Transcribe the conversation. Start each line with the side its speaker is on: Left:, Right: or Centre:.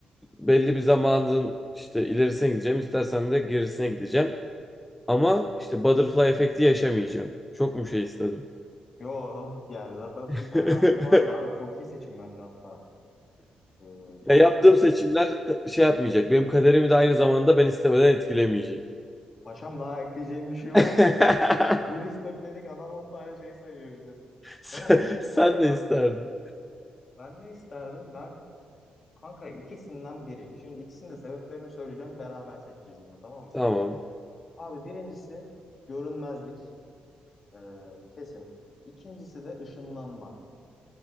Centre: belli bir zamanın işte ilerisine gideceğim. İstersen de gerisine gideceğim. Ama işte butterfly efekti yaşamayacağım. Çok mu şey istedim?
Left: Yo yani zaten
Centre: <laughs>
Left: bir tane hakkım vardı abi. Çok iyi seçim bence hatta. Ee, valla
Centre: Ya yaptığım
Left: ben
Centre: seçimler şey yapmayacak. Benim kaderimi de aynı zamanda ben istemeden etkilemeyecek.
Left: paşam daha ekleyeceğim bir şey var
Centre: <laughs>
Left: mı ya? <laughs> Bir istek dedik adam 10 tane şey sayıyor bize.
Centre: Sen,
Left: Tamam okey
Centre: sen
Left: okey
Centre: ne
Left: abi.
Centre: isterdin?
Left: Ben ne isterdim? Ben kanka ikisinden biri. Şimdi ikisinin de sebeplerini söyleyeceğim. Beraber seçeceğiz bunu tamam mı?
Centre: Tamam.
Left: Abi birincisi görünmezlik e, kesin. İkincisi de ışınlanma.